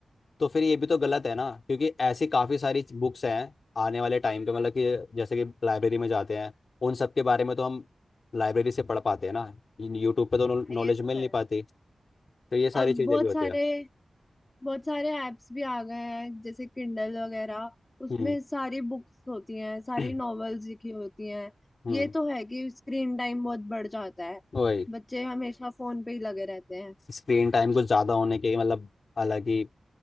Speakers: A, on the left (about 65°); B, on the left (about 25°).
A: तो फिर ये भी तो गलत है ना क्योंकि ऐसी काफ़ी सारी बुक्स हैं आने वाले टाइम पे मतलब कि जैसे कि लाइब्रेरी में जाते हैं उन सब के बारे में तो हम लाइब्रेरी से पढ़ पाते हैं ना यूट्यूब पे तो
B: हाँ,
A: नॉलेज
B: ये तो
A: मिल
B: है
A: नहीं पाती तो ये सारी
B: अब
A: चीज़ें
B: बहुत
A: भी होती
B: सारे
A: है
B: बहुत सारे ऐप्स भी आ गए हैं जैसे किंडल वगैरह उसमें
A: हम्म
B: सारी बुक्स होती हैं सारी
A: <clears throat>
B: नॉवेल्स लिखी होती हैं
A: हम्म
B: ये तो है कि स्क्रीन टाइम बहुत बढ़ जाता है
A: वही
B: बच्चे हमेशा फोन पे ही लगे रहते हैं
A: स्क्रीन टाइम कुछ ज़्यादा होने के मतलब अलग ही